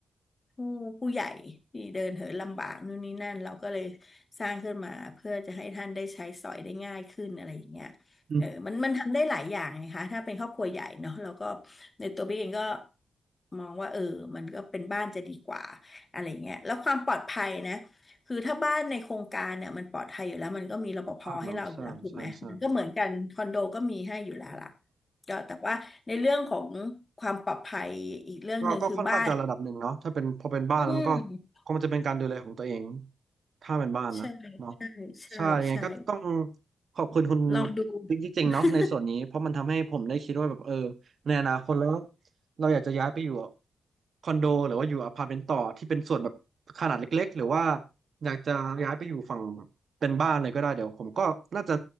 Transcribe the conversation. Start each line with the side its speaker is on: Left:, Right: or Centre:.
Left: ผู้ผู้ใหญ่ที่เดินเหินลำบากนู่นนี่นั่นเราก็เลยสร้างขึ้นมาเพื่อจะให้ท่านได้ใช้สอยได้ง่ายขึ้นอะไรอย่างเงี้ย
Right: อืม
Left: เออมันมันทำได้หลายอย่างไงคะถ้าเป็นครอบครัวใหญ่เนาะแล้วก็ในตัวพี่เองก็มองว่าเออมันก็เป็นบ้านจะดีกว่าอะไรเงี้ยแล้วความปลอดภัยนะคือถ้าบ้านในโครงการเนี่ยมันปลอดภัยอยู่แล้วมันก็มีรปภให้เราอยู่แล้วถูกไหมมันก็เหมือนกันคอนโดก็มีให้อยู่แล้วล่ะ
Right: บ้างเนาะใช่ใช่ใช่
Left: ก็แต่ว่าในเรื่องของความปลอดภัยอีกเรื่องหนึ่งคือบ้าน
Right: ก็ก็ค่อนข้างจะระดับหนึ่งเนาะถ้าเป็นพอเป็นบ้านแล้วมันก็
Left: อืม
Right: คงจะเป็นการดูแลของตัวเองถ้าเป็นบ้านนะเนาะ
Left: ใช่ใช่ใช่ใช่
Right: ใช่ยังไงก็ต้องขอบคุณคุณ
Left: ลองดู
Right: จริงๆเนาะในส่วนนี้เพราะมันทำให้ผมได้คิดว่าแบบเออ
Left: <laughs>
Right: ในอนาคตแล้วเราอยากจะย้ายไปอยู่คอนโดหรือว่าอยู่อพาร์ตเมนต์ต่อที่เป็นส่วนแบบขนาดเล็กๆหรือว่าอยากจะย้ายไปอยู่ฝั่งเป็นบ้านเลยก็ได้เดี๋ยวผมก็น่าจะ